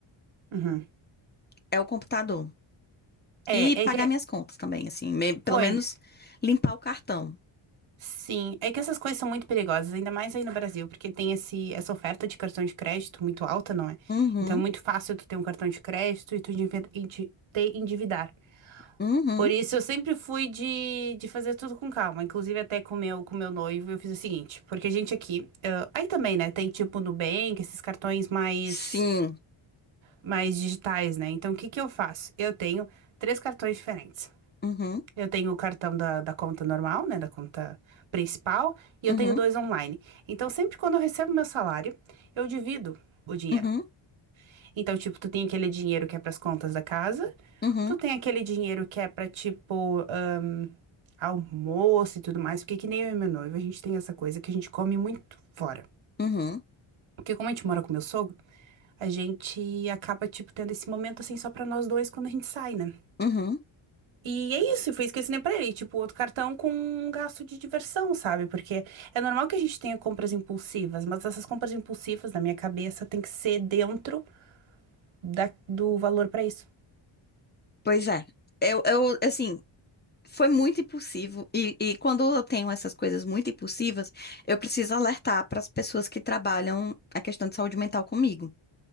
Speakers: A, on the right; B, on the left.
A: uhum.
B: É o computador.
A: É,
B: E pagar
A: é que.
B: minhas contas também, assim, me- pelo
A: Pois.
B: menos limpar o cartão.
A: Sim. É que essas coisas são muito perigosas, ainda mais aí no Brasil, porque tem esse, essa oferta de cartão de crédito muito alta, não é?
B: Uhum,
A: Então é muito fácil tu ter um cartão de crédito e tu endivi- e te te endividar.
B: uhum,
A: Por isso, eu sempre fui de, de fazer tudo com calma. Inclusive, até com meu, com meu noivo, eu fiz o seguinte. Porque a gente aqui... ah, aí também, né? Tem tipo Nubank, esses cartões mais,
B: sim.
A: mais digitais, né? Então, o que que eu faço? Eu tenho três cartões diferentes.
B: Uhum,
A: Eu tenho o cartão da, da conta normal, né? Da conta principal. E eu
B: uhum,
A: tenho dois online. Então, sempre quando eu recebo meu salário, eu divido o dinheiro.
B: uhum,
A: Então, tipo, tu tem aquele dinheiro que é pras contas da casa,
B: uhum,
A: tu tem aquele dinheiro que é pra, tipo, ahn, almoço e tudo mais, porque que nem eu e meu noivo, a gente tem essa coisa que a gente come muito fora.
B: uhum,
A: Porque como a gente mora com meu sogro, a gente acaba, tipo, tendo esse momento assim só pra nós dois quando a gente sai, né?
B: uhum.
A: E é isso, e foi isso que eu ensinei pra ele, tipo, outro cartão com um gasto de diversão, sabe? Porque é normal que a gente tenha compras impulsivas, mas essas compras impulsivas, na minha cabeça, tem que ser dentro da- do valor pra isso.
B: Pois é. Eu, eu, assim. Foi muito impulsivo. E, e quando eu tenho essas coisas muito impulsivas, eu preciso alertar para as pessoas que trabalham a questão de saúde mental comigo.